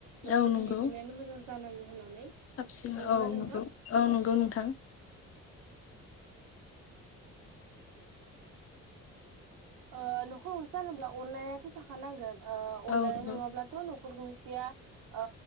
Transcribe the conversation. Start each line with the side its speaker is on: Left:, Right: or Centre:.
Right: न'खरनि
Left: औ नंगौ
Right: बिगोमायानो मोजां जानांगौ होननानै
Left: साबसिन
Right: नंगौना
Left: औ
Right: नोंथां।
Left: नंगौ औ नंगौ नोंथां
Right: ओ न'खर गंसे जानोब्ला अनलाइनाथ' थाखा नांगोन। ओ अनलायनाय
Left: औ नंगौ
Right: नङाब्लाथ' न न'खर गंसेया ओ